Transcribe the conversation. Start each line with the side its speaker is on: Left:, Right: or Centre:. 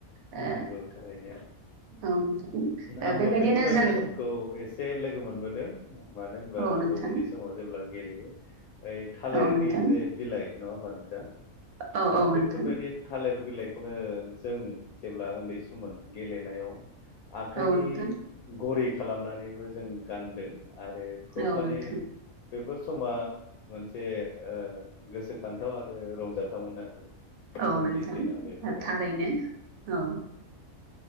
Right: ओ
Left: नंगौ थारैनो
Right: औ नोंथां ओ
Left: आंबो
Right: बेबायदिनो
Left: बेफोरबायदि
Right: जों
Left: समखौ एसे लोगो मोनबोदों मानो होनबा
Right: औ
Left: जोंबो
Right: नोंथां
Left: उन्दै समाव जेब्ला गेलेयो ओइ थालिरनि
Right: औ नोंथां
Left: जे बिलाइ नङा होमबा नोंथां
Right: औ
Left: दा
Right: औ नोंथां
Left: बेैफोरबायदि थालिर बिलाइखौनो जों जेब्ला उन्दै सममोन गेलेनायाव आखाइनि
Right: औ नोंथां
Left: घरि खालामनानैबो जों गानदों आरो खुब
Right: औ
Left: माने
Right: नोंथां
Left: बेफोर समा मोनसे ओ गोसोखांथाव आरो रंजाथावमोन आरो
Right: औ
Left: जोंनि
Right: नोंथां
Left: दिना बेफोरो
Right: थारैनो औ